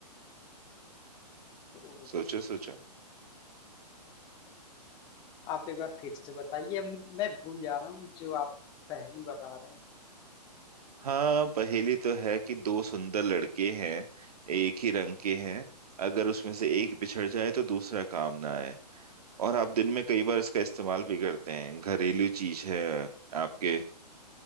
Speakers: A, on the left; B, on the right.
A: ओ,
B: सोचो सोचो
A: आप एक बार फिर से बताइए मुझ- मैं भूल जा रहा हूँ जो आप पहली बता रहे हैं
B: हाँ पहेली तो है कि दो सुंदर लड़के हैं एक ही रंग के हैं अगर उसमें से एक बिछड़ जाए तो दूसरा काम ना आए और आप दिन में कई बार इसका इस्तेमाल भी करते हैं घरेलू चीज है आपके